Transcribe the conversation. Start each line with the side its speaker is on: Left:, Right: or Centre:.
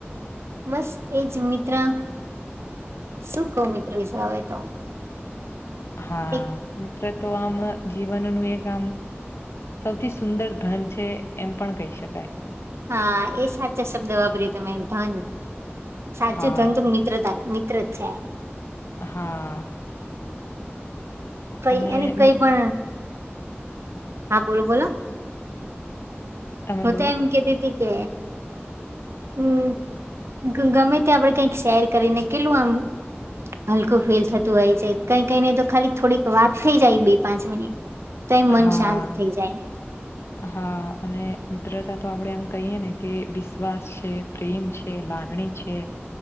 Right: બસ એજ મિત્ર શું કહ મિત્રો વિજાવ તો
Left: હા
Right: એક
Left: મિત્ર તો આમ જીવનનું એક આમ સૌથી સુંદર ધન છે એમ પણ કહી શકાય
Right: હા એ સાચા શબ્દ વાપર્યું તમે ધન સાચું
Left: હા
Right: ધનુ મિત્રતા મિત્ર જ છે
Left: હા
Right: કઈ
Left: અને
Right: એને કઈ
Left: મિત
Right: પણ હા બોલો બોલો
Left: તમે
Right: હ
Left: બોલો
Right: તો એમ કતીી હતી કે હમ ગમે તે્યા આપડે કઈક શેર કરીને કેલું આમ હલકું ફીલ થતું હોય છે કઈ કઈ ને તો ખાલી થોડીક વાત થઇ જાય બે પાંચ મિનિટ તો એ મન
Left: હા
Right: શાંત થઈ જાય
Left: હા અને પુિત્રતા તો આપડે એમ કહીએ ને કે વિશ્વાસ છે પ્રેમ છે લાગણી છે